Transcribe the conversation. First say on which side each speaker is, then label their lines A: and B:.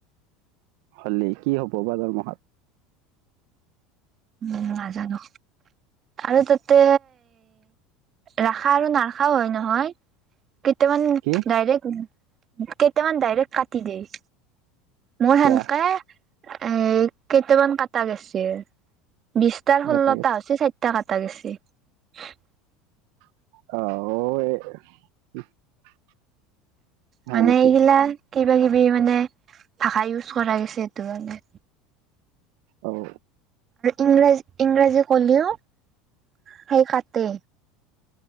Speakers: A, on the right; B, on the right.
A: হ'লি কি হ'ব বা দৰমহাত
B: উ নাজানো আৰু তাতে ৰাখা আৰু নাৰখাও হয় নহয়? কেইতামান
A: কি
B: ডাইৰেক্ট। কেইটামান ডাইৰেক্ট কাটি দেই। মোৰ
A: কিয়া
B: সানকে এ কেইটামান কটা গেছিল। বিশটাৰ
A: কিবা
B: ষোল্লটা
A: এটা গৈছে
B: হৈছে চাৰিটা কটা গেছি। <unintelligible>
A: অ'। হয়
B: মানে
A: নেকি
B: এই গিলা কিবা কিবি মানে ভাষা ইউজ কৰা গৈছে এইটো কাৰানে।
A: অ'।
B: ইংৰাজী ইংৰাজী কলেও সেই কাটে।